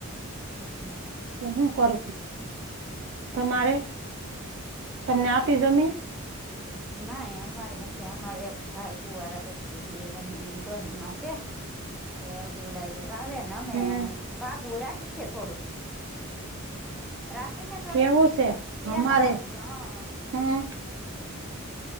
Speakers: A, in the centre; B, on the right (about 55°).
A: હમ્મ હમ્મ
B: તો હું કરું તમારે તમને આપી જમીન
A: નાય અમારે નથી અમારે એક ભાઈ કુવારા <unintelligible> ડોહી માં સે
B: <inaudible>
A: <unintelligible> રાખીએ
B: હમ
A: થોડુંક <unintelligible> <unintelligible>
B: કેવું છે અમારે હમ